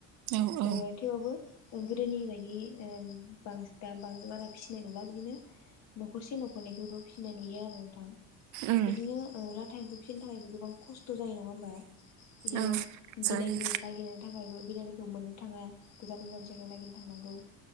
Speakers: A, on the right (about 60°); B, on the left (about 50°).
A: औ औ
B: ओ थेवबाबो ओं गोदोनि बायदि ओ बां बांसि दा बारा फिसिनाय नंला बिदिनो न'खरसे न'खरनैखौल' फिसिनाय नुयो आरो नोंथां
A: उम
B: बिदिनो लाथा एम्फौ फिसिनो थाखायबो गोबां खस थ' जायो नङा होमबा बिदिनो
A: औ जायो
B: बिलाइफोर नायगिरनो थाखायबो बिलाइफोर मोननो थाङा गोजान गोजान जायगायाव नागिरनो थांनांगौ